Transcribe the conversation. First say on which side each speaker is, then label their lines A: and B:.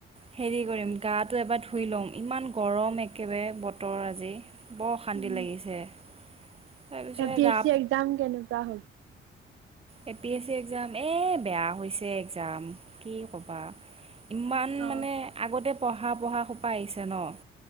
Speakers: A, on the right (about 30°); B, on the right (about 85°).
A: হেৰি কৰিম গাটো এবাৰ ধুই ল'ম, ইমান গৰম একেবাৰে বতৰ আজি। বৰ অশান্তি
B: উম।
A: লাগিছে। তাৰপিছত
B: এ পি
A: গা
B: এছ চি এক্জাম কেনেকুৱা হল?
A: এ পি এছ চি এক্জাম এই বেয়া হৈছে, এক্জাম কি ক'বা। ইমান
B: অ',
A: মানে, আগতে পঢ়া পঢ়া সোপা আহিছে ন'